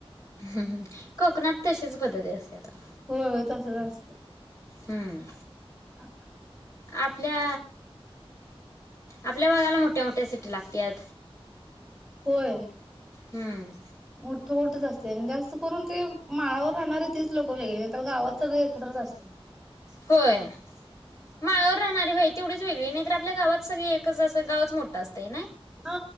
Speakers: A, on the left (about 30°); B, in the centre.
A: हम्म हम् कोकणात तशीच पद्धती असत्याता.
B: होय होय तसंच असते.
A: हम्म
B: हा <inaudible>
A: आपल्या, आपल्या भागाला मोठ्या मोठ्या सिटी लागत्यात.
B: होय.
A: हम्म
B: मोठं मोठंच असंतय आणि जास्त करून ते माळावर राहणारे तेच लोक वेगळे नाही तर गावात सगळे एकत्रच असतात.
A: होय. माळावर राहणारी व्हय तेवढीच वेगळी नाहीतर आपल्या गावात सगळी एकच असं गावच मोठं असतय नाही.
B: हा